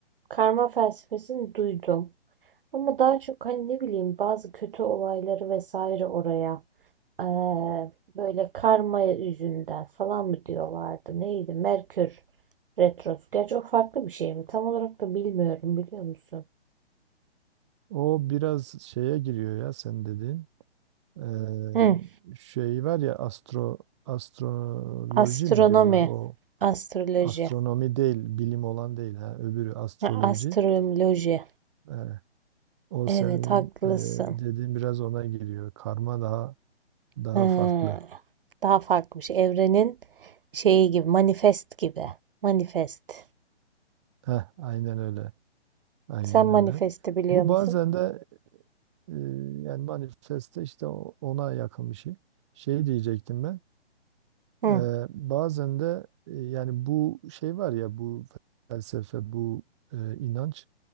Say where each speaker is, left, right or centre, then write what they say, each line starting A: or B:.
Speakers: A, on the right (about 55°); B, on the right (about 25°).
A: Karma felsefesini duydum. Ama daha çok hani ne bileyim bazı kötü olayları vesaire oraya eee, böyle karma yüzünden falan mı diyorlardı? Neydi? Merkür retrosu. Gerçi o farklı bir şey mi? Tam olarak da bilmiyorum biliyor musun?
B: O biraz şeye giriyor ya sen dediğin. Ee,
A: Hı.
B: şey var ya astro astroloji
A: Astronomi,
B: mi diyorlar? O
A: astroloji,
B: astronomi değil, bilim olan değil ha. Öbürü astroloji.
A: ha, astroloji.
B: Ee, o
A: Evet
B: senin
A: haklısın.
B: e, dediğin biraz ona giriyor. Karma daha daha
A: Hmm,
B: farklı.
A: daha farklı bir şey. Evrenin şeyi gibi, manifest gibi. Manifest.
B: Heh, aynen öyle. Aynen
A: Sen manifesti
B: öyle.
A: biliyor
B: Bu
A: musun?
B: bazen de Ee, yani manifeste işte o- ona yakın bir şey. Şey diyecektim ben.
A: Hı
B: Ee, bazen de e, yani bu şey var ya bu felsefe, bu e, inanç